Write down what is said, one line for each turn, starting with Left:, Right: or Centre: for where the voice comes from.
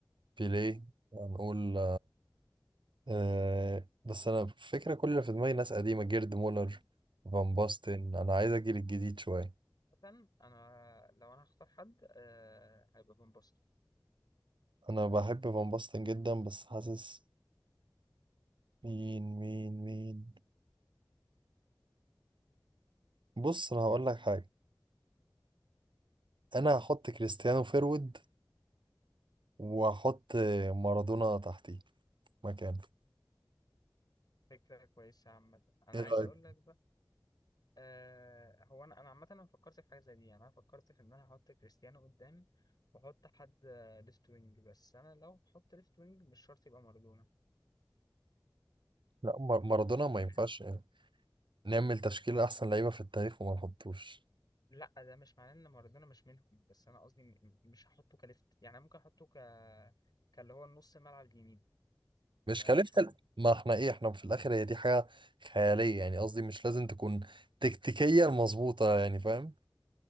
Right: بيليه هنقول آه، بس أنا فكرة كل اللي في دماغي ناس قديمة جيرد مولر فان باستن أنا عايز أجيل الجديد شوية
Left: مثلا انا لو انا هختار حد آه هيبقى فان باستن
Right: أنا بحب فان باستن جدا بس حاسس مين مين مين بص أنا هقول لك حاجة أنا
Left: قول
Right: هحط
Left: لي
Right: كريستيانو فيرود واحط مارادونا تحتيه مكانه
Left: فكرة كويسة عامة انا
Right: ايه
Left: عايز
Right: رأيك
Left: اقول لك آه هو انا انا عامه انا فكرت في حاجه زي دي يعني انا فكرت في ان انا احط كريستيانو قدام واحط حد ليفت وينج بس انا لو احط ليفت وينج مش شرط يبقى مارادونا
Right: لا مار- مارادونا ما
Left: يعني
Right: ينفعش آه، نعمل تشكيل احسن لعيبة في التاريخ وما نحطوش
Left: لا ده مش معناه ان مارادونا مش منهم بس انا قصدي م- مش هحطه كليفت يعني أنا ممكن احطه ك كاللي هو النص الملعب اليمين لكن
Right: مش
Left: انا
Right: كلفة
Left: مش هحط
Right: ال- ما احنا ايه احنا في الاخر هي دي حاجة خيالية يعني قصدي مش لازم تكون تكتيكيا مظبوطة يعني فاهم